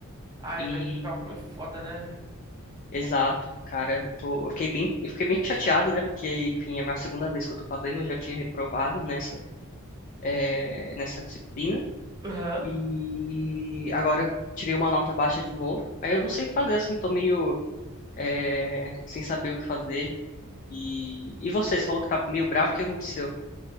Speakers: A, on the right; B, on the left.
A: Ah,
B: E
A: é, mas que cálculo é foda, né?
B: exato, cara, eu tô, eu fiquei bem, eu fiquei bem chateado, né? Porque, enfim, é a minha segunda vez que eu tô fazendo, eu já tinha reprovado nessa, é, nessa disciplina.
A: Aham.
B: E agora tirei uma nota baixa de novo. Aí eu não sei o que fazer, assim, tô meio, é, sem saber o que fazer. E, e você, você falou que tá meio bravo, o que aconteceu?